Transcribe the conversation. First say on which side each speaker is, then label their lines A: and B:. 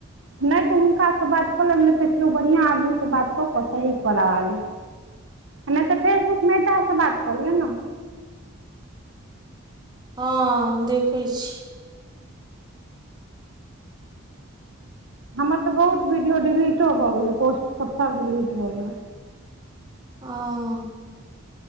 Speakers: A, on the right; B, on the right.
A: नहि तऽ हुनकासँ बात कऽलेब नहि तऽ केओ बढ़ियाँ आदमी से बात कऽ कऽ सही। करबा लेब नहि तऽ फेसबुक मेटा सॅं बात क लिअ ने।
B: हाँ देखै छी।
A: हमर तऽ बहुत वीडियो डिलीटो भऽ गेलै पोस्ट सब सब डिलीट भऽ गेलै
B: हाँ-अ